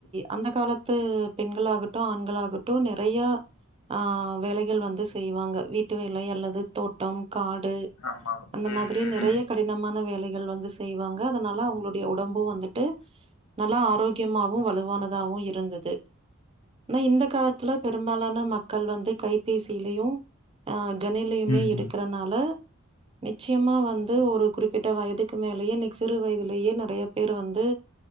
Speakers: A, on the right; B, on the left.
A: அந்த காலத்து பெண்களாகட் ட்டோ ஆண்களாகடோ நெறைய ஆஹ வேலைகள் வந்து செய்வாங்க வீட்டு வேலை அல்லது தோட்டம் காடு
B: ஆமா
A: அந்த
B: ம்
A: மாதிரி நெறைய
B: ம்
A: கடினமான வேலைகள் வந்து செ செய்வாங்க அதனால அவுங்களுடைய உடம்பு வந்துட்டு நல்லா ஆரோக்கிய முக்கியமாவு வலுவானதாவு இருந்தது ஆனா இந்த காலத்துல பெ பெரும்பாலான மக்கள் வந்து கைபேசியிலயு ஆ கணினிலையுமே
B: ம் ஆமா ம் ம்
A: இருக்கறனால
B: ம்
A: நிச்சயமா வந்து ஒரு குறிப் பிட்ட வயதுக்கு மேலேயே இன்னைக்கு சிறு வயதிலேயே நெறைய பேர் வந்து